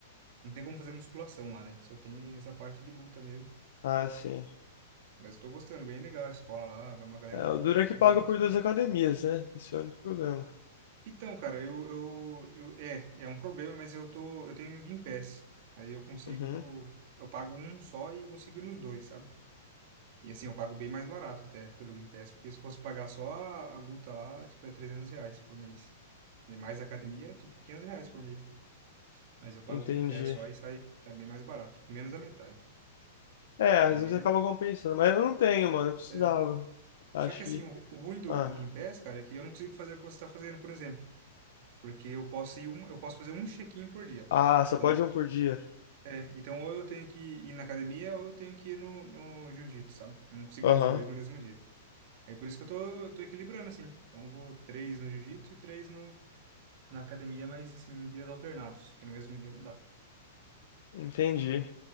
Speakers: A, on the right; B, on the left.
A: não tem como fazer musculação lá, né? Só tem essa parte de luta mesmo.
B: Ah, sim.
A: Mas eu tô gostando, bem legal a escola lá, vai uma galera
B: É,
A: bem,
B: o duro é que
A: bem
B: paga
A: gente
B: por
A: boa.
B: duas academias, né? Esse é o único problema.
A: Então, cara, eu, eu, eu, é, é um problema, mas eu tô, eu tenho Game Pass. Aí eu consigo,
B: Uhum,
A: eu pago um só e consigo ir nos dois, sabe? E assim, eu pago bem mais barato até pelo Game Pass, porque se fosse pagar só a, a luta lá, tipo, é 300 reais por mês. E mais a academia, é, tipo, 500 reais por mês, né? Mas eu pago
B: entendi.
A: em pé só, aí sai, sai bem mais barato, tipo, menos da metade.
B: É, às
A: E
B: vezes
A: aí
B: acaba compensando, mas eu não tenho, mano. Eu precisava.
A: é. é,
B: Acho
A: Só que assim,
B: que.
A: o, o ruim do,
B: Ah,
A: do Game Pass, cara, é que eu não consigo fazer o que você está fazendo, por exemplo. Porque eu posso ir um, eu posso fazer um check-in por dia.
B: ah, só
A: Então,
B: pode um por dia.
A: é, então, ou eu tenho que ir na academia ou eu tenho que ir no, no jiu-jitsu, sabe? Não consigo
B: Aham,
A: ir nos dois no mesmo dia. Aí por isso que eu tô, eu tô equilibrando, assim. Então eu vou três no jiu-jitsu e três no, na academia, mas assim, em dias alternados, que no mesmo dia não dá.
B: entendi.